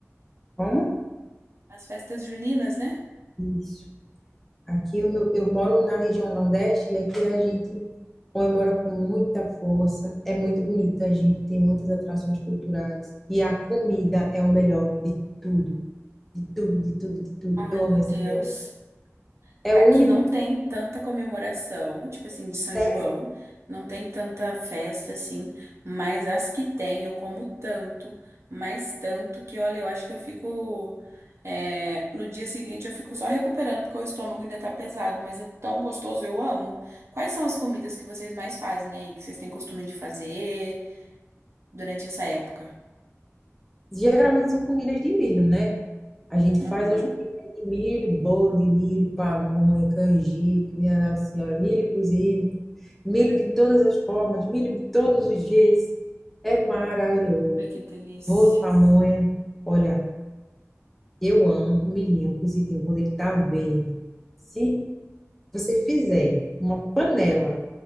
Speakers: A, in the centre; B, on the right.
A: Como?
B: As festas juninas, né?
A: Isso. Aqui eu, meu- eu moro na região Nordeste e aqui a gente comemora com muita força. É muito bonito, a gente tem muitas atrações culturais. E a comida é o melhor de tudo, de tudo, de tudo, de tudo.
B: Ai,
A: Eu
B: meu
A: amo esse
B: Deus.
A: medo. É
B: Aqui
A: o único
B: não tem
A: que
B: tanta comemoração, tipo assim, de São
A: serve.
B: João, não tem tanta festa assim, mas as que tem eu como tanto, mais tanto que olha, eu acho que eu fico. é, no dia seguinte eu fico só recuperando porque o estômago ainda tá pesado, mas é tão gostoso, eu amo. Quais são as comidas que vocês mais fazem aí, que vocês têm costume de fazer durante essa época?
A: Geralmente são comidas de milho, né? A gente
B: Uhum.
A: faz as comidas de milho, bolo de milho, pamonha, canjica, minha Nossa Senhora, milho cozido, milho de todas as formas, milho de todos os jeitos. É maravilhoso.
B: Ai, que delícia.
A: Bolo de pamonha. Olha, eu amo o milhinho cozidinho quando ele tá verde. Se você fizer uma panela